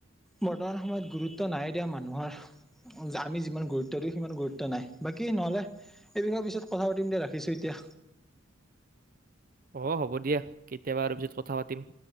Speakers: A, in the centre; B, on the right.
A: বৰ্তমান সময়ত গুৰুত্ব নাই দিয়া মানুহৰ। আমি যিমান গুৰুত্ব দিওঁ, সিমান গুৰুত্ব নাই। বাকী নহলে এই বিষয়ে পিছত কথা পাতিম দিয়া ৰাখিছোঁ এতিয়া।
B: অঁ হ'ব দিয়া, কেতিয়াবা আৰু পিছত কথা পাতিম।